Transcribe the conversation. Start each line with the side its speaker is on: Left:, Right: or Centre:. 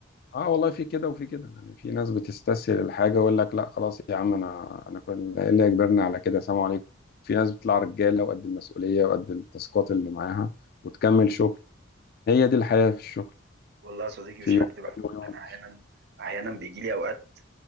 Left: اه والله في كده وفي كده يعني في ناس بتستسهل الحاجه ويقول لك لا خلاص يا عم انا انا كل إيه اللي يجبرني على كده سلام عليكم في ناس بتطلع رجاله وقد المسؤوليه وقد التاسكات اللي معاها وتكمل شغل هي دي الحياه في الشغل
Right: والله يا صديقي
Left: في
Right: مش
Left: يوم
Right: هكدب عليك
Left: حلو ويوم
Right: انا احيانا
Left: وحش
Right: احيانا بيجي لي اوقات